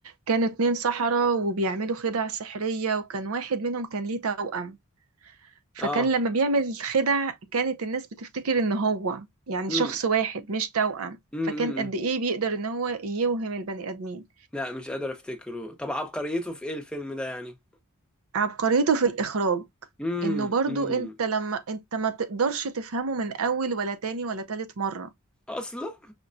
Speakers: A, on the right; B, in the centre.
A: كانوا اتنين سحرة وبيعملوا خدع سحرية وكان واحد منهم كان ليه توأم فكان
B: اه
A: لما بيعمل خدع كانت الناس بتفتكر ان هو يعني
B: امم
A: شخص واحد مش توأم
B: امم
A: فكان قد ايه بيقدر ان هو يوهم البني ادمين
B: لا مش قادر افتكره طب عبقريته في ايه الفيلم ده يعني
A: عبقريته في الإخراج
B: امم
A: إنه برضو
B: امم
A: أنت لما أنت ما تقدرش تفهمه من أول ولا تاني ولا تالت مرة
B: اصلا